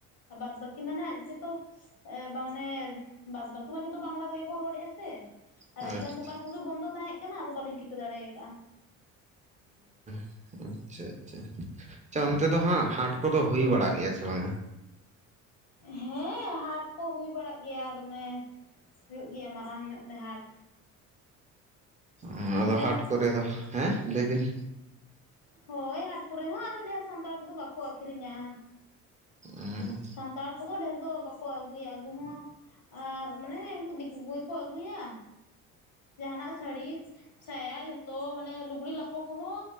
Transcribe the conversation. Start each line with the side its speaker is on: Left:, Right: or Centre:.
Left: ᱟ ᱵᱟᱫᱽ ᱵᱟᱹᱠᱤ ᱢᱟ ᱱᱟᱦᱟᱸᱜ ᱡᱚᱛᱚ ᱮᱸ ᱵᱟᱝᱱᱮ ᱵᱟᱫᱽ ᱵᱟᱠᱤ ᱢᱟ ᱡᱚᱛᱚ ᱵᱟᱝᱞᱟ ᱛᱮᱜᱮ ᱠᱚ ᱨᱚᱲᱮᱜᱼᱟ ᱥᱮ᱾ ᱟᱨ
Right: ᱟᱪᱪᱷᱟ
Left: ᱟᱹᱰᱤᱜᱟᱱ ᱫᱚᱠᱟᱱ ᱠᱚᱜᱮ ᱵᱚᱱᱫᱚ ᱛᱟᱦᱮᱸᱜ ᱠᱟᱱᱟ ᱟᱫᱚ ᱵᱟᱹᱞᱤᱧ ᱴᱷᱤᱠᱟᱹ ᱫᱟᱲᱮᱭ ᱠᱟᱜᱼᱟ᱾
Right: ᱟᱪᱪᱷᱟ ᱟᱪᱪᱷᱟ, ᱟᱪᱪᱷᱟ ᱚᱱᱛᱮ ᱫᱚ ᱦᱟᱸᱜ ᱦᱟᱴ ᱠᱚᱫᱚ ᱦᱩᱭ ᱵᱟᱲᱟᱜ ᱜᱮᱭᱟ ᱥᱮ ᱵᱟᱝᱟ?
Left: ᱦᱮᱸ ᱦᱟᱴ ᱠᱚ ᱦᱩᱭ ᱵᱟᱲᱟᱜ ᱜᱮᱭᱟ ᱫᱚᱢᱮ ᱦᱩᱭᱩᱜ ᱜᱮᱭᱟ ᱢᱟᱨᱟᱝ ᱧᱚᱜ ᱛᱮ ᱦᱟᱴ᱾
Right: ᱚᱸ
Left: ᱛᱟᱦᱚᱞᱮ
Right: ᱟᱫᱚ ᱦᱟᱴ ᱠᱚᱨᱮ ᱫᱚ ᱦᱮᱸ, ᱞᱟᱹᱭ ᱵᱤᱱ?
Left: ᱦᱳᱭ ᱦᱟᱴ ᱠᱚᱨᱮ ᱦᱚᱸ ᱟᱫᱚ ᱰᱷᱮᱨ ᱥᱟᱱᱛᱟᱲ ᱠᱚᱫᱚ ᱵᱟᱠᱚ ᱟᱹᱠᱷᱨᱤᱧᱟᱜᱼᱟ᱾
Right: ᱩᱸ
Left: ᱥᱟᱱᱛᱟᱲ ᱠᱚᱫᱚ ᱰᱷᱮᱨ ᱫᱚ ᱵᱟᱠᱚ ᱟᱹᱜᱩᱭᱟ ᱟᱹᱜᱩ ᱦᱚᱸ᱾ ᱟᱨ ᱢᱟᱱᱮ ᱩᱱᱠᱩ ᱫᱤᱠᱩ ᱠᱚᱜᱮ ᱠᱚ ᱟᱹᱜᱩᱭᱟ ᱡᱟᱦᱟᱸᱱᱟᱜ ᱥᱟᱹᱲᱤᱥ ᱥᱟᱭᱟ ᱡᱚᱛᱚ ᱢᱟᱱᱮ ᱞᱩᱜᱽᱲᱤ ᱞᱟᱯᱚ ᱠᱚᱦᱚᱸ,